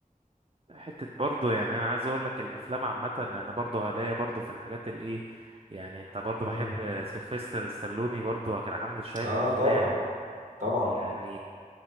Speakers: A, on the right (about 40°); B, on the right (about 55°).
A: حتة برضو يعني انا عايز اقول لك الافلام عامة انا برضو هلاقي برضو في الحاجات الايه يعني انت برضو
B: مم.
A: بحب سيلفستر السلوني برضو كان عامل شوية
B: اه
A: افلام
B: طبعا طبعا
A: يعني